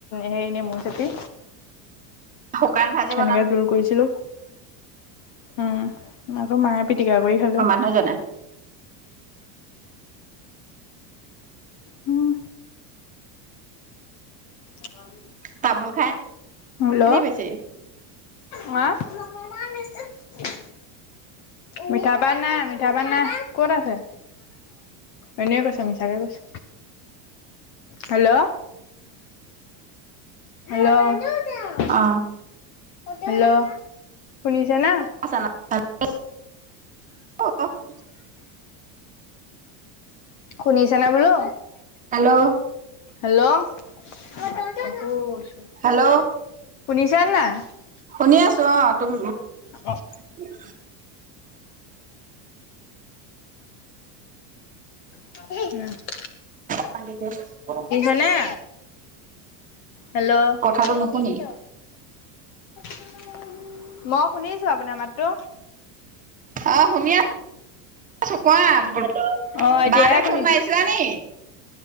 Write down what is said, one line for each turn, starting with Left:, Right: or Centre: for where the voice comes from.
Left: হেৰি নেমু চেপি
Right: শুকান ভাজি
Left: সেনেকে
Right: বনালো
Left: জোল কৰিছিলো। উম। আকৌ মায়ে পিটিকা কৰি খালে।
Right: মাজনে <unintelligible>
Left: উম। <unintelligible>
Right: তামোল খাই
Left: হেল্ল
Right: নি বেছি
Left: হা? <unintelligible>
Right: <inaudible>
Left: মিঠা পান নাই, মিঠা পান নাই। ক'ত আছে? এনেই কৈছে, মিছাকে কৈছে।
Right: <inaudible>
Left: হেল্ল হেল্ল
Right: অ।
Left: হেল্ল শুনিছেনে?
Right: <unintelligible>
Left: শুনিছেনে বোলো?
Right: হেল্ল
Left: হেল্ল <unintelligible>
Right: হেল্ল'
Left: শুনিছে নাই
Right: শুনি আছো। অ তুম
Left: অ।
Right: <inaudible>
Left: <unintelligible>
Right: <unintelligible>
Left: <unintelligible> নে হেল্ল' <unintelligible>
Right: কথাটো নুশুনি
Left: মই শুনিছো আপোনাৰ মাতটো।
Right: অ শুনি আ ছো কোৱা
Left: অ' এতিয়াহে
Right: বা লে
Left: শুনিছো।
Right: ফোন মাৰিছিলা নি?